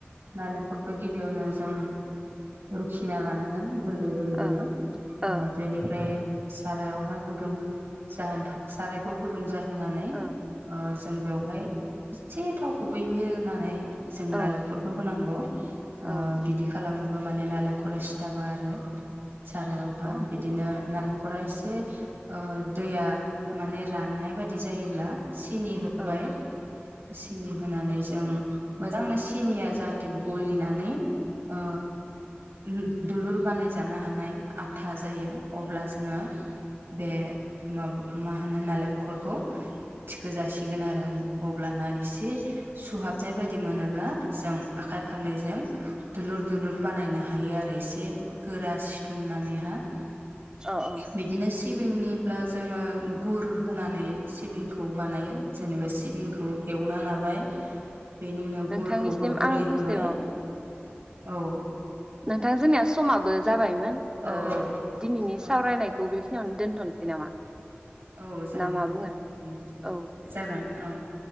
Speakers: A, on the right (about 70°); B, on the right (about 20°).
A: नालेंखरखो गिबियावनो जों रुखिना लानांगोन। गुन्दै गुन्दैनो
B: औ औ
A: अ बेनिफ्राय सारायावहा गुदुं जाहोनो थाखा सारायखौ गुदुं जा होनानै
B: औ
A: ओ जों बेवहाय एसे थाव गुबै होनानै जों
B: औ
A: नालेंखरखौ होनां गौ ओ
B: औ
A: बिदि खालामो बा माने नालेंखरा सिथाबा आरो सारायावहा
B: औ
A: बिदिनो नालें खरा इसे ओ दैया
B: औ
A: माने राननाय बाय दि जायोब्ला सिनि होबाय
B: औ
A: सिनि होनानै जों मोजांनो सिनिया जाहा थे गलिनानै ओ उम दुलुर बानायजानो हानाय आटथा जायो अब्ला जोङो बे माबा मा होनो नालेंखरखौ? थिखो जासिगोन आरो उम अब्लाना एसे सुहाब नाय बायदि मोनोब्ला जों आखाइ फारनैजों दुलुर दुलुर बानायनो हायो आर <unintelligible> ए गोरा सिथुमनानैहा <inaudible>
B: अ अ
A: बिदिनो सिबिंनिब्ला जोङो गुर होनानै सिबिं खौ बानायो। जेनेबा सिबिंखौ एवना लाबाय बेनि उनाव
B: नोंथांनिसिम
A: गुरखौबो गलि
B: आं फंसे
A: होबाय
B: औ
A: औ।
B: नोंथां जोंनिया समाबो जाबायमोन
A: औ
B: ओ
A: औ
B: दिनैनि
A: समाव
B: सावरायनायखौ बे खिनियावनो दोनथ'नोसै नामा?
A: औ जायो
B: ना मा बुङो
A: दे
B: औ दे
A: जागोन औ।